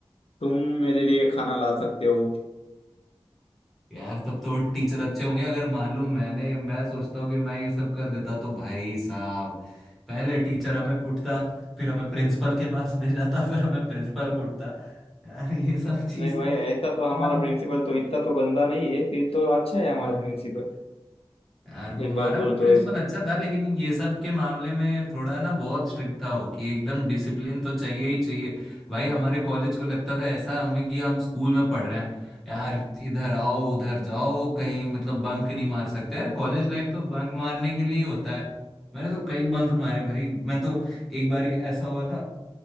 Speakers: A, on the left (about 75°); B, in the centre.
A: तुम मेरे लिए खाना ला सकते हो
B: <laughs> यार तब तो टीचर अच्छे होंगे अगर मालूम मैंने मैं सोचता हूँ कि मैं ये सब कर देता तो भाई साहब पहले टीचर हमें कूटता फिर हमें प्रिंसिपल के पास ले जाता फिर हमें प्रिंसिपल कूटता यार ये सब चीज
A: नहीं भाई
B: तो
A: ऐसा
B: मतलब
A: तो हमारा प्रिंसिपल तो इतना तो गंदा नहीं है फिर तो अच्छा है हमारा
B: हाँ।
A: प्रिंसिपल
B: यार हमारा
A: एक बात बोलो
B: भी प्रिंसिपल
A: तो ऐसा
B: अच्छा था लेकिन ये सब के मामले में थोड़ा ना बहुत स्ट्रिक्ट था हो कि एकदम डिसिप्लिन तो चाहिए ही चाहिए भाई हमारे कॉलेज को लगता था ऐसा हमें कि हम स्कूल में पढ़ रहे हैं यार इधर आओ उधर जाओ कहीं मतलब बंक नहीं मार सकते यार कॉलेज लाइफ तो बंक मारने के लिए ही होता है मैंने तो कई बंक मारे भाई मैं तो एक बार ऐसा हुआ था